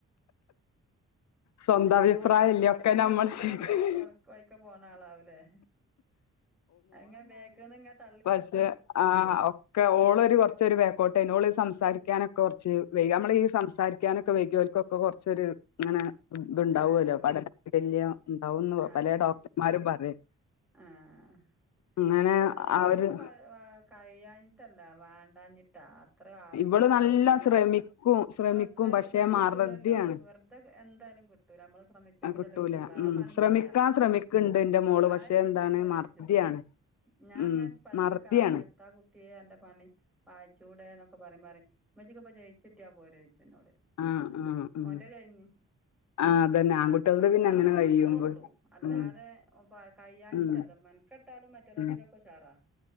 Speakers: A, on the left; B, in the centre.
A: സ്വന്തം അഭിപ്രായല്ലേ
B: പോണവഴി
A: ഒക്കെ നമ്മൾ
B: തൊളിച്ചണ്ണ
A: ചെയ്ത്
B: പോയി <unintelligible> വഴിക്ക് പോണാളാവൂലേ? അയിങ്ങെന ബേക്ക്ന്നിങ്ങാട്ട
A: പക്ഷേ ആഹ് ഒക്കെ ഓളൊരു കൊറച്ചൊരു ബേക്കോട്ടായ്നു. ഓള് സംസാരിക്കാനൊക്കെ കൊറച്ച് വെയ്ക. നമ്മള് ഈ സംസാരിക്കാനൊക്കെ വൈകിയോൽക്കൊക്ക കൊറച്ചൊരു ഇങ്ങനെ തുണ്ടാവുവല്ലോ.
B: ആഹ്
A: പഠന വൈകല്യം ഇണ്ടാവുന്ന്
B: ആഹ്
A: പലേ ഡോക്ടർമാരും പറയും.
B: ആഹ്
A: അങ്ങനെ
B: ഇവിടൊള്ള
A: അവര്
B: ആൾക്ക് പഴ്, ആഹ് കഴിയാഞ്ഞി ട്ടല്ല. വാണ്ടാഞ്ഞിട് ട്ടാ. അത്രേ ആവശ്യം
A: ഇവള്
B: വായിക്കാതെ
A: നല്ല ശ്രമിക്കും ശ്രമിക്കും
B: വ്രത് വെർതെ
A: പക്ഷെ
B: കിട്ടൂലല്ലോ
A: മറതിയാണ്
B: വെർതെ എന്തായാലും കിട്ടൂല. നമ്മള് ശ്രമിച്ചെങ്കിലല്ലേ
A: കിട്ടൂല
B: കിട്ടുള്ളൂ. ആ
A: ഉം
B: പണിയില്ല.
A: ശ്രമിക്കാൻ ശ്രമിക്കണ്ട് എന്റെ മോള് പക്ഷെ
B: അയ് ജയിച്ചാ
A: എന്താണ്
B: പോരേ
A: മറതിയാണ്
B: ചോയ്ച്ചും. ഞാൻ
A: ഉം
B: എങ്ങാൻ പരീക്ഷെക്കാവുമ്പ
A: മറതിയാണ്
B: എത്താ കുട്ടി ട്ടീ അന്റെ പണി വായിച്ചൂടേന്നൊക്ക പറയുമ്പറയും ഉമ്മച്ചിക്കിപ്പ ജയിച്ചിട്ടിയാ പോരേയ്ച്ചും. എന്നോട്
A: ആ
B: അഹ്
A: ആ ഉം
B: ഓന്റെ കഴിഞ്ഞ്.
A: ആ അതന്നെ
B: ആഹ്
A: ആൺകുട്ടികൾത്
B: അതോണ്ടാണ്
A: പിന്നെ അങ്ങനെ കഴിയുമ്പോ
B: അത്ര ഒള്ളൂ അല്ലാതെ
A: ഉം
B: ഒപ് പ കഴിയാഞ്ഞിട്ടല്ല
A: ഉം
B: മെൻക്കെട്ടാലും മറ്റോരാട്ടിലൊക്ക
A: ഉം
B: ഉഷാറാ.